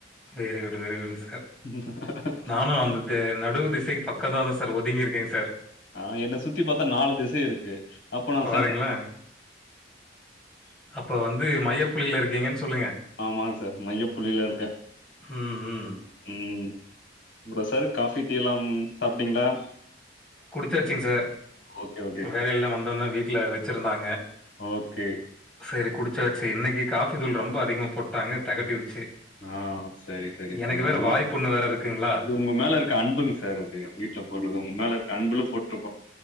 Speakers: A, in the centre; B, on the left.
A: வெரி குட்டு வெரி குட்டுங் சார்
B: ம் ஹாஹா
A: நானு அந்த தேர் நடுவு திசைக்கு பக்கதாதா சார் ஒதுங்கிருக்கேங் சார்
B: ஆ என்ன சுத்தி பாத்தா நாலு திசையு இருக்கு அப்ப நா
A: பாருங்களேன்!
B: சென்
A: அப்ப வந்து மையப்புள்ளில இருக்கீங்கன் சொல்லுங்க
B: ஆமாங் சார் மையப்புள்ளில இருக்கே
A: ம் ம்
B: ம் அப்றோ சார் காஃபி டீயலாம் சாப்டீங்ளா?
A: குடிச்சாச்சிங் சார்
B: ஓகே, ஓகே,
A: வேலையல்லா வந்தோனே வீட்ல வெச்சிருந்தாங்க
B: ஓகே
A: செரி குடிச்சாச்சி இன்னைகி காஃபி தூள் ரொம்ப அதிகமா போட்டாங்க தெகட்டிருச்சி
B: ஆ சரி, சரி,
A: எனக்கு
B: சரிங்க.
A: வேற
B: உங்க
A: வாய்ப்புண்ணு வேற இருக்குங்ளா
B: அது உங்க மேல இருக்க அன்புங் சார் அது வீட்லப் போட்றது உங்க மேல இருக்க அன்புல போட்